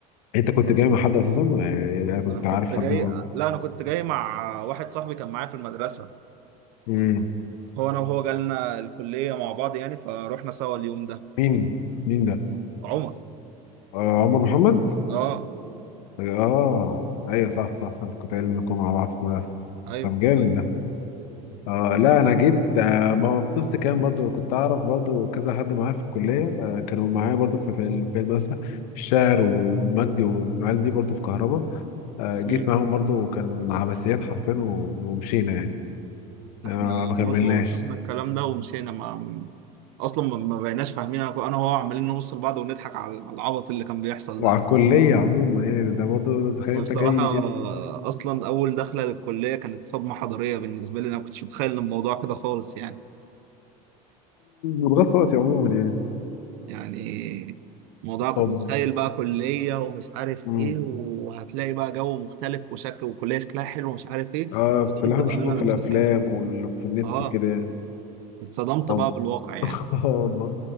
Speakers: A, on the left (about 75°); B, on the right (about 70°).
A: انت كنت جاي مع حد اساسا آه، يعني كنت
B: انا كنت
A: عارف حد
B: جاي لا انا كنت جاي مع واحد صاحبي كان معايا في المدرسه
A: امم
B: هو انا وهو جالنا الكليه مع بعض يعني فروحنا سوا اليوم ده
A: مين مين ده
B: عمر
A: آه عمر محمد
B: اه
A: اه ايوه صح صح صح انت كنت قايل انكم مع بعض في المدرسه
B: ايوه
A: طب جامد ده آه لا انا جيت آه ما هو نفس الكلام برضو كنت اعرف برضو كذا حد معايا في الكليه آه كانوا معايا برضو في في ال- في المدرسه الشاعر ومجدي والعيال دي برضو في كهرباء آه جيت
B: امم
A: معاهم برضو وكان عباسيات حرفيا و- ومشينا يعني آه
B: احنا
A: ما كملناش
B: برضه شفنا الكلام ده ومشينا ما ما- اصلا ما ما بقيناش فاهمين انا أنا وهو عمالين نبص لبعض ونضحك على على العبط اللي كان بيحصل
A: وعلى
B: ده
A: الكليه عموما يعني ده برضو تخيل
B: أنا
A: انت
B: بصراحه
A: جاي
B: آه، اصلا اول دخله للكليه كانت صدمه حضاريه بالنسبه لي انا ما كنتش متخيل إن الموضوع كده خالص يعني
A: بتغطي وقتي عموما يعني
B: يعني الموضوع كنت
A: طب
B: متخيل بقى كلية ومش عارف
A: مم.
B: ايه وهتلاقي بقى جو مختلف وشكل وكلية شكلها حلو ومش عارف ايه
A: آه
B: اتصدمت
A: في اللي احنا
B: بقى
A: بنشوفه
B: منها
A: في
B: لما
A: الافلام
B: دخلت
A: وفي النت
B: اه
A: وكده يعني
B: اتصدمت
A: طب
B: بقى بالواقع يعني
A: <laughs> آه والله